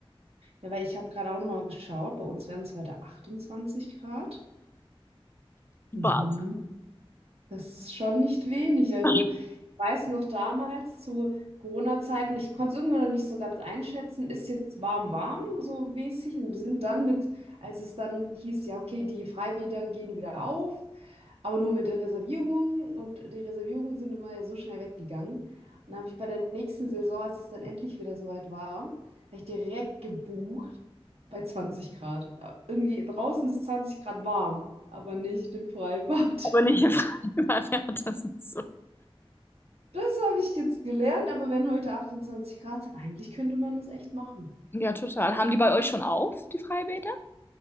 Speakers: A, on the right; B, on the left.
A: Ja, weil ich habe gerade auch nochmal geschaut, bei uns wären es heute 28 Grad. Mhm.
B: Wahnsinn.
A: Das ist schon nicht wenig. Also
B: <laughs>
A: weiß noch damals zu Corona-Zeiten, ich konnte es irgendwie noch nicht so ganz einschätzen, ist jetzt warm, warm, so mäßig. Und wir sind dann mit, als es dann hieß, ja, okay, die Freibäder gehen wieder auf, aber nur mit der Reservierung. Und die Reservierungen sind immer ja so schnell weggegangen. Und dann habe ich bei der nächsten Saison, als es dann endlich wieder soweit war, habe ich direkt gebucht bei 20 Grad. Äh, Irgendwie draußen ist 20 Grad warm, aber nicht im Freibad.
B: Aber nicht im Freibad, ja, das ist so.
A: Das habe ich jetzt gelernt, aber wenn heute 28 Grad sind, eigentlich könnte man das echt machen.
B: Ja, total. Haben die bei euch schon auf, die Freibäder?